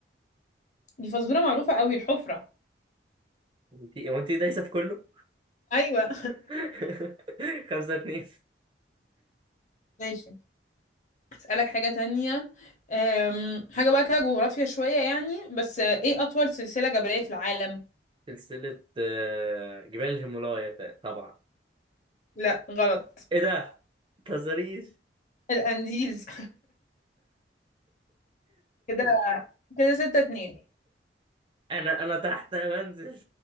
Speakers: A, on the left; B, on the right.
A: دي فزوره معروفه قوي الحفره
B: انت هو انت دايسة في كله
A: ايوه
B: <laughs> خمسة اتنين
A: <laughs> ماشي اسالك حاجه تانية أم... حاجه بقى كده جغرافيا شويه يعني بس آه، ايه اطول سلسله جبليه في العالم
B: سلسلة آه، جبال الهيمالايا ط- طبعا
A: لا غلط
B: ايه ده متهزريش
A: الانديز <laughs> كده كده 6 2
B: انا انا تحت يا منزل